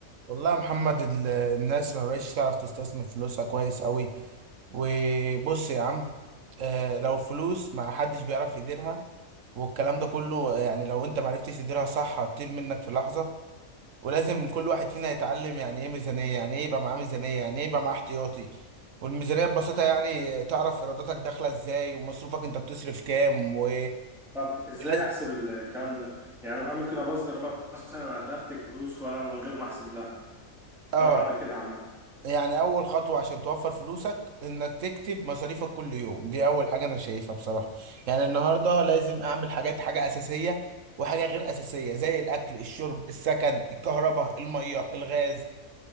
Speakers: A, on the right; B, in the centre.
A: والله يا محمد ال- الناس ما بقتش تعرف تستثمر فلوسها كويس قوي وبص يا عم آه، لو فلوس ما حدش بيعرف يديرها والكلام ده كله آه، يعني لو انت ما عرفتش تديرها صح هتطير منك في لحظة ولازم كل واحد فينا يتعلم يعني ايه ميزانية يعني ايه يبقى معاه ميزانية يعني ايه يبقى معاه احتياطي والميزانية ببساطة يعني تعرف ايراداتك داخلة ازاي ومصروفك انت بتصرف كام و-
B: طب ازاي
A: ولازم
B: احسب الكلام ده يعني انا ممكن ابذر مثلا اترتك فلوس وانا من غير ما احسب لها
A: اه
B: انا بعمل كده عامه
A: يعني اول خطوه عشان توفر فلوسك انك تكتب مصاريفك كل يوم دي اول حاجه انا شايفها بصراحه يعني النهارده لازم اعمل حاجات حاجه اساسيه وحاجه غير اساسيه زي الاكل الشرب السكن الكهرباء الميه الغاز